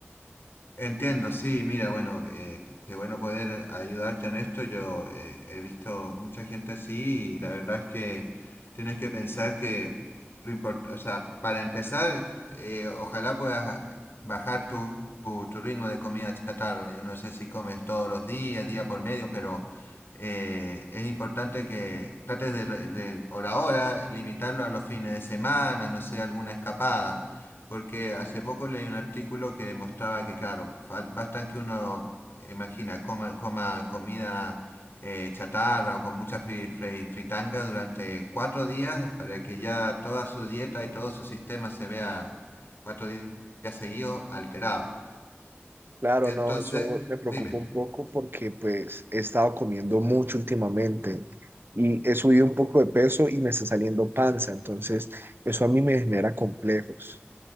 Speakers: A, on the left; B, on the right.
A: Entiendo, sí, mira, bueno, eh, qué qué bueno poder ayudarte en esto. Yo eh, he visto mucha gente así y la verdad es que tienes que pensar que lo importante, o sea, para empezar, eh, ojalá puedas bajar tu, tu- tu ritmo de comida chatarra. Yo no sé si comes todos los días, día por medio, pero eh, es importante que trates de, re- de, por ahora, limitarlo a los fines de semana, no sé, alguna escapada porque hace poco leí un artículo que demostraba que, claro, fal- bastan que uno, imagina, coma, coma comida eh, chatarra o con mucha fri- fri- fritanga durante cuatro días para que ya toda su dieta y todo su sistema se vea cuatro di- días seguidos alterado.
B: Claro,
A: Entonces,
B: no, eso me preocupa
A: dime.
B: un poco porque pues he estado comiendo mucho últimamente y he subido un poco de peso y me está saliendo panza, entonces eso a mí me genera complejos.